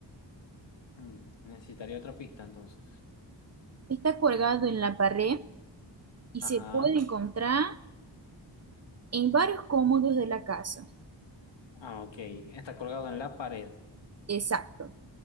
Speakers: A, on the left; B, on the right.
A: Mm, necesitaría otra pista entonces.
B: Está colgado en la pared y
A: Ajá.
B: se puede encontrar en varios cómodos de la casa.
A: Ah, ok. Está colgado en la pared.
B: Exacto.